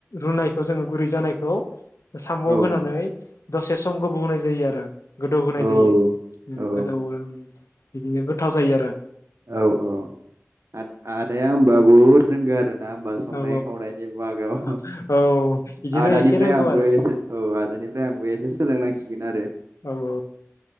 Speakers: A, on the left; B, on the right.
A: रुनाय खौ जोङो गुरै जानायखौ साम'
B: औ
A: होनानै दसे सम गुबुहोनाय जायो आरो गोदौ होनाय
B: औ
A: जायो उम
B: औ
A: गोदौ ओ उम बिदिनो गोथाव जायो आरो
B: औ औ आ आदाया होनबा बुहुद रोंगो आरो ना होनोमबा संनाय
A: ओ औ
B: खावनायनि बागाव
A: औ औ बिदिनो
B: आदानिफ्राय
A: एसे रोंगौ
B: आंबो
A: आरो
B: एसे औ आदानिफ्राय आंबो एसे सोलोंनांसि सिगोन आरो
A: औ औ